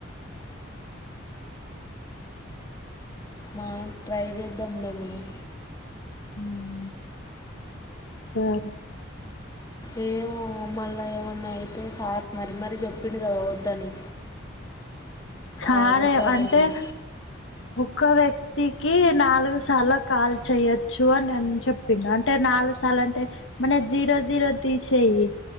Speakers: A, on the left; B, on the left.
A: మా ట్రై చేద్దాంలే మనం
B: మ్మ్ సరే
A: ఏ మమ్మల్ళ ఏమన్నా అయితే సార్ మారీ మరీ చెప్పిండు కదా వద్దని
B: సరే
A: ఆ రికార్డింగ్
B: అంటే ఒక్క వ్యక్తికి నాలుగు సార్లు కాల్ చెయ్యొచ్చు అని నేను చెప్పిండు అంటే నాలుగు సార్లు అంటే మన జీరో జీరో తీసేయి